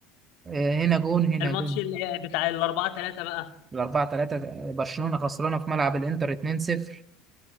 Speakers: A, on the right; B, on the left.
A: آه، هنا جون هنا
B: الماتش
A: جون
B: اللي بتاع الاربعة ثلاثة بقى
A: الأربعة تلاتة برشلونة خسرانة في ملعب الإنتر اتنين صفر